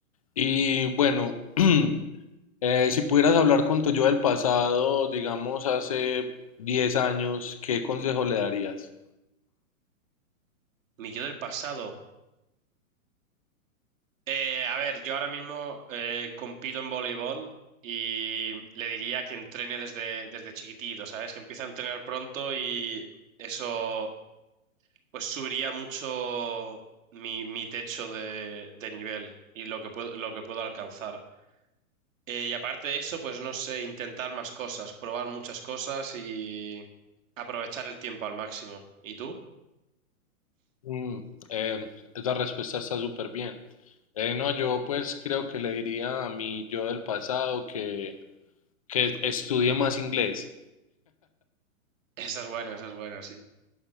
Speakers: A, on the left; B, on the right.
A: Y bueno, <clears throat> Eh, si pudieras hablar con tu yo del pasado, digamos hace 10 años, ¿qué consejo le darías?
B: Mi yo del pasado. Eh, a ver, yo ahora mismo eh, compito en voleibol y le diría que entrene desde, desde chiquitito, ¿sabes? Que empiece a entrenar pronto y eso pues subiría mucho mi, mi techo de, de nivel y lo que puedo, lo que puedo alcanzar. Eh, y aparte de eso, pues no sé, intentar más cosas, probar muchas cosas y aprovechar el tiempo al máximo. ¿Y tú?
A: Mm, eh, esa respuesta está súper bien. Eh, no, yo pues creo que le diría a mi yo del pasado que, que estudie más inglés.
B: <laughs> Esa es buena, esa es buena, sí.